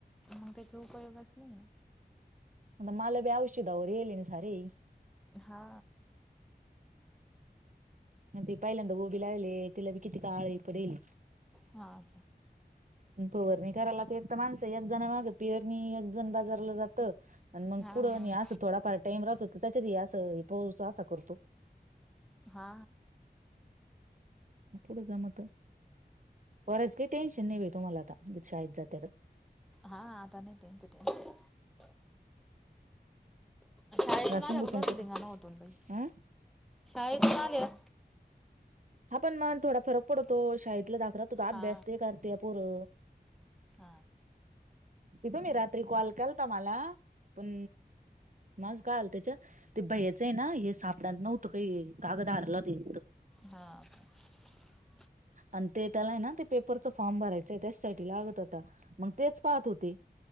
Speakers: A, in the centre; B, on the right.
A: मग त्याचा उपयोगच नाही ना.
B: मला बी औषीधा वर येल आहे ना सारे.
A: हा.
B: ती पहिल्यांदा गोभी लावली तिला बी किती काळी पडेलये.
A: हां.
B: फवारणी करायला तर एक तर माणसं एक जण माग पिअरणी, एक जण बाजारला जात. मग
A: हा
B: कुठं
A: हा
B: आणि असं थोडाफार टाईम राहतो तर त्याच्यात अस पाऊस असा करतो.
A: हा..
B: कुठ जमत बराच काही टेन्शन नाही तुम्हाला आता शाळेत जाते तर.
A: हा आता नाही त्यांच टेन्शन. शाळेतून
B: घासून
A: आल्यावर
B: घुसून
A: गंज धिंगाणा होतोन बाई
B: हा
A: शाळेतून आल्यावर
B: हा पण मग थोडा फरक पडतो शाळेतला धाक राहतो तर अभ्यास
A: हा
B: ते करत्या पोर.
A: हा.
B: ते तुम्ही रात्री कॉल केल तर मला, पण माझ काय आल त्याच्यात? ते भयाचं आहे ना हे सापड नव्हतं काही कागद हारलं ते
A: हा..
B: आणि ते त्याला ना ते पेपरच फॉर्म भरायचं आहे त्याचसाठी लागत होता. मग तेच पाहात होते.